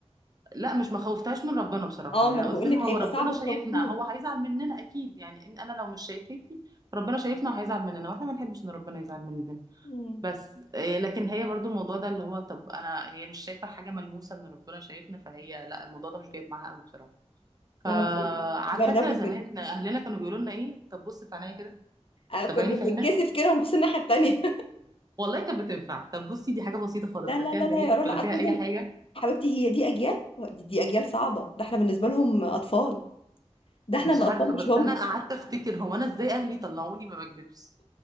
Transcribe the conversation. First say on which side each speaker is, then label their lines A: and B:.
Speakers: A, on the right; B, on the left.
A: لا مش ما خوفتهاش من ربنا بصراحة
B: اه
A: يعني
B: ما انا
A: قلت
B: بقول
A: لها
B: لك هيبقى
A: هو ربنا
B: صعب
A: شايفنا
B: تخوفيها
A: هو هيزعل مننا أكيد يعني إن أنا لو مش شايفاكي ربنا شايفنا وهيزعل مننا واحنا ما نحبش إن ربنا يزعل مننا
B: مم.
A: بس إيه، لكن هي برضو الموضوع ده اللي هو طب أنا هي مش شايفة حاجة ملموسة إن ربنا شايفنا فهي لا الموضوع ده مش جايب معاها قوي بصراحة فعلى
B: لما تقولي جربي
A: فكرة زمان
B: كده
A: أهلنا كانوا بيقولوا لنا إيه طب بص في عينيا كده
B: آه، كنا
A: طب عيني في
B: بنتكسف
A: عينك
B: كده ونبص الناحيه التانيه
A: والله كانت بتنفع طب بصي دي حاجة بسيطة خالص
B: <laughs> لا لا
A: لا فيها
B: لا
A: زعيق
B: لا يا رنا
A: ولا فيها
B: اصلا
A: أي حاجة
B: حبيبتي هي دي اجيال دي, دي اجيال صعبه ده احنا بالنسبه لهم اطفال ده احنا
A: مش
B: اللي
A: عارفة
B: اطفال مش
A: بس
B: هم
A: أنا قعدت أفتكر هو أنا إزاي أهلي طلعوني ما بكدبش